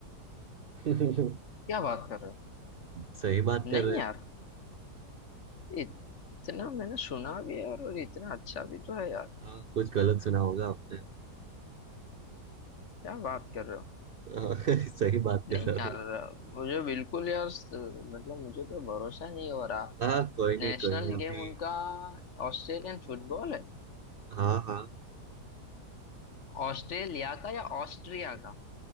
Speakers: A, on the right; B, on the left.
A: <laughs>
B: क्या बात कर रहे हो
A: सही बात
B: नहीं
A: कर रहे हैं
B: यार इतना मैंने सुना भी है और और इतना अच्छा भी तो है यार
A: हाँ कुछ गलत सुना होगा आपने
B: क्या बात कर रहे हो
A: हाँ, <laughs> सही बात
B: नहीं
A: कर रहा
B: यार
A: हूँ
B: मुझे बिल्कुल यार स- मतलब मुझे तो भरोसा नहीं हो रहा
A: हाँ कोई नहीं
B: नेशनल
A: कोई नहीं अभी
B: गेम उनका ऑस्ट्रेलियन फुटबॉल है
A: हाँ हाँ
B: ऑस्ट्रेलिया का या ऑस्ट्रिया का